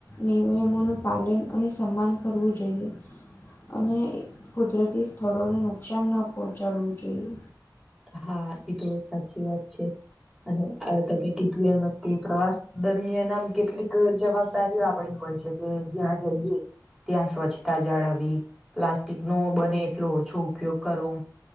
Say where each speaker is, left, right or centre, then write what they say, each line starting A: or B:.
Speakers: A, on the left; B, in the centre.
A: નિયમોનું પાલન અને સન્માન કરવું જોઈએ અને કુદરતી સ્થળોને નુકસાન ન પહોંચાડવું જોઈએ
B: હા એ તો સાચી વાત છે અને તમે કીધું એમ જ કે પ્રવાસ દરમિયાન આમ કેટલીક જવાબદારીઓ આપણી હોય છે કે જ્યા જઈએ ત્યાં સ્વચ્છતા જાળવવી પ્લાસ્ટિકનો બને એટલો ઓછો ઉપયોગ કરો